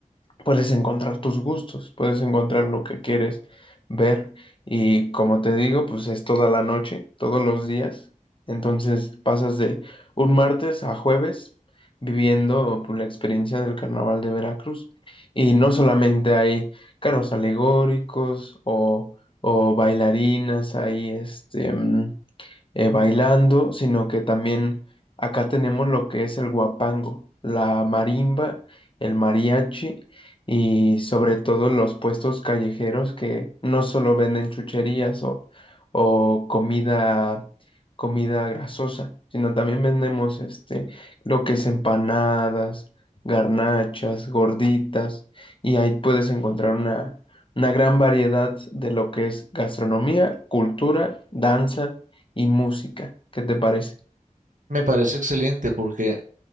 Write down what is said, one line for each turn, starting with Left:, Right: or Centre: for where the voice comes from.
Left: puedes encontrar tus gustos, puedes encontrar lo que quieres ver y como te digo, pues es toda la noche, todos los días. Entonces pasas de un martes a jueves viviendo pues, la experiencia del carnaval de Veracruz. Y no solamente hay carros alegóricos o, o bailarinas, hay este... mm, eh, bailando, sino que también acá tenemos lo que es el guapango, la marimba, el mariachi y sobre todo los puestos callejeros que no solo venden chucherías o, o comida, comida grasosa, sino también vendemos este, lo que es empanadas, garnachas, gorditas y ahí puedes encontrar una una gran variedad de lo que es gastronomía, cultura, danza y música. ¿Qué te parece?
Right: Me parece excelente porque